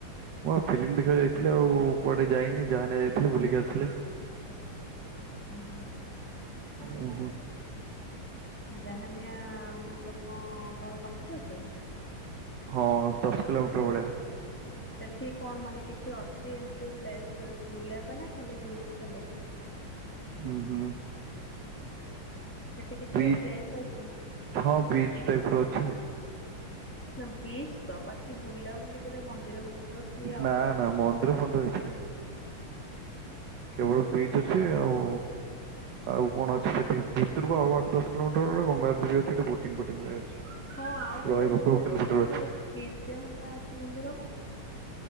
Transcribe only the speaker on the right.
ମୁଁବା ଫିଲ୍ମ ଦେଖିବାକୁ ଯାଇଥିଲି ଆଉ କୁଆଡ଼େ ଯାଇନି ଯାହା ଯାଇଥିଲି ବୁଲିକି ଆସିଲେ।
ଉଁ ହୁଁ।
ହଁ ଦଶ କିଲୋମିଟର୍ ଭଳିଆ।
ହୁଁ ହୁଁ।
ବିଚ୍
ହଁ ବିଚ୍ ଟାଇପ୍ ର ଅଛି
ନା
ନା ମନ୍ଦିର ଫନ୍ଦିର କିଛି ନାହିଁ। କେବଳ ବିଚ୍ ଅଛି ଆଉ ଆଉ କଣ ଅଛି ସେଠି ଭିତରକୁ ଆଉ ଆଠ ଦଶ କିଲୋମିଟର୍ ଗଲେ ଗଙ୍ଗାଘାଟି ଦେବୀ ଅଛି ବୋଟିଙ୍ଗ୍ ଫଟିଙ୍ଗ୍ ବଢ଼ିଆ ଅଛି।
ରହିବା
ପାଇଁ
ହୋଟେଲ ଫୋଟେଲ
ଅଛି